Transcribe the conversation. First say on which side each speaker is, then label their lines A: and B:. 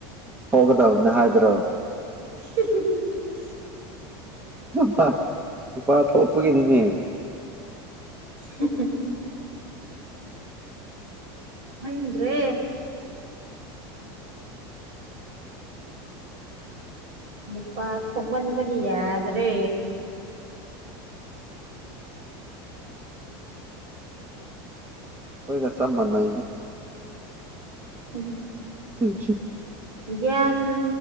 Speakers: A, on the right; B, on the right.
A: ꯐꯒꯗꯕꯅꯦ ꯍꯥꯏꯗ꯭ꯔꯣ
B: <inaudible>
A: ꯅꯨꯄꯥ ꯅꯨꯄꯥ ꯊꯣꯛꯂꯛꯄꯒꯤꯅꯤꯅꯦ
B: <inaudible> ꯑꯗ꯭ꯔꯦ ꯂꯄꯥ ꯊꯃꯟꯕꯒ ꯌꯥꯗ꯭ꯔꯦ
A: ꯍꯣꯏꯒ ꯁꯕ ꯃꯏꯒꯦ
B: ꯎꯝ
A: ꯎꯝ
B: ꯒ꯭ꯌꯥꯟ